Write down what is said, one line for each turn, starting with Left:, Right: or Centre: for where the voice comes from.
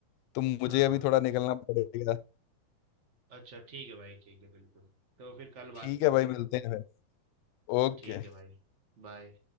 Left: तो मुझे
Right: हाँ,
Left: अभी
Right: हाँ।
Left: थोड़ा निकलना पड़ेगा
Right: अच्छा ठीक है भाई, ठीक है बिल्कुल। तो फिर कल
Left: ठीक
Right: बात करते
Left: है भाई
Right: हैं
Left: मिलते
Right: तब।
Left: हैं फिर ओके
Right: ठीक है भाई, बाय।